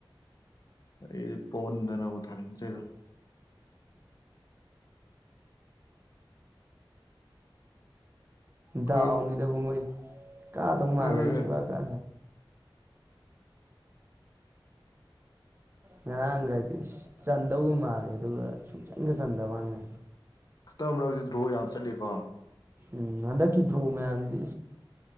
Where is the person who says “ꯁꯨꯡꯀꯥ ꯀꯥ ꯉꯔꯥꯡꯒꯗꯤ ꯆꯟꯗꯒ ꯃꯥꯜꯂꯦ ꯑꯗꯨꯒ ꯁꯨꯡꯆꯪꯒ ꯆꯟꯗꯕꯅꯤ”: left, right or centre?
Right